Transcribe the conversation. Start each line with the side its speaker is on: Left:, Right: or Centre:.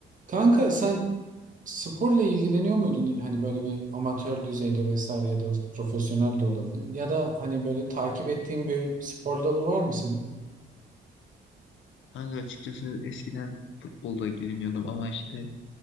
Right: Kanka sen sporla ilgileniyor muydun? Hani böyle bir amatör düzeyde vesaire ya da profesyonel de olabilir. Ya da hani böyle takip ettiğin bir spor dalı var mı senin?
Left: Kanka açıkçası eskiden futbolla ilgileniyordum ama işte